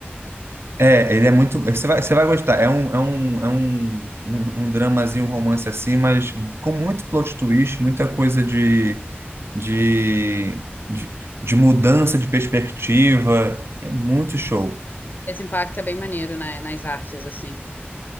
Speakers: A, on the right; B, on the left.
A: É, ele é muito. Você vai, você vai gostar. É um, é um, é um, um, um dramazinho, um romance assim, mas com muito plot twist, muita coisa de, de, de, de mudança de perspectiva. É muito show.
B: Esse impacto é bem maneiro, né, nas artes, assim.